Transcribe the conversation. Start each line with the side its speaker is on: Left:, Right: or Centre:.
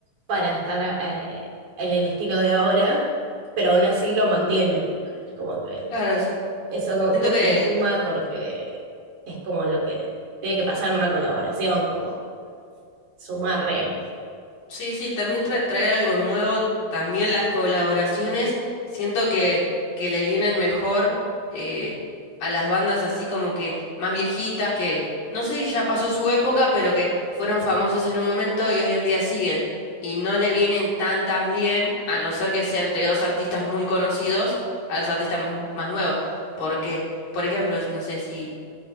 Right: para estar eh, en el estilo de ahora, pero aún así lo mantienen. Como que
Left: Claro, sí.
Right: eso como-
Left: Siento
Right: creo
Left: que
Right: que le suma porque es como lo que tiene que pasar en una colaboración, como sumarle.
Left: Sí, sí, también tra- traer algo nuevo, también las colaboraciones, siento que, que le vienen mejor eh, a las bandas así como que más viejitas, que no sé, si ya pasó su época, pero que fueron famosos en un momento y hoy en día siguen. Y no le vienen tan tan bien, a no ser que sea entre dos artistas muy conocidos, a los artistas más, más nuevos. Porque, por ejemplo, no sé si...